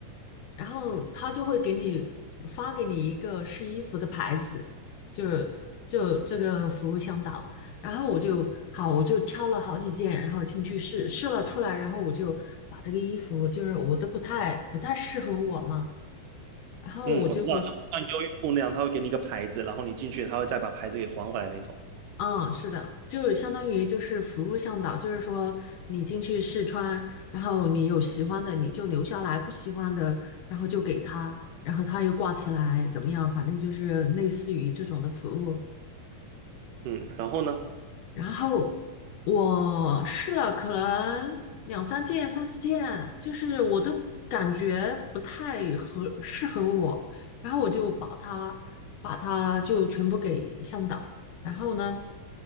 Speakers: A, on the left (about 75°); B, on the right (about 75°).
A: 然后他就会给你发给你一个试衣服的牌子，就是就这个服务向导。然后我就好，我就挑了好几件，然后进去试试了出来，然后我就把这个衣服就是我都不太不太适合我嘛，然后我就
B: 嗯，我知道，就像优衣库那样，他会给你一个牌子，然后你进去，他会再把牌子给还回来那种。
A: 嗯，是的，就是相当于就是服务向导，就是说你进去试穿，然后你有喜欢的你就留下来，不喜欢的然后就给他，然后他又挂起来，怎么样？反正就是类似于这种的服务。
B: 嗯，然后呢？
A: 然后我试了可能两三件、三四件，就是我都感觉不太合适合我，然后我就把它把它就全部给向导。然后呢，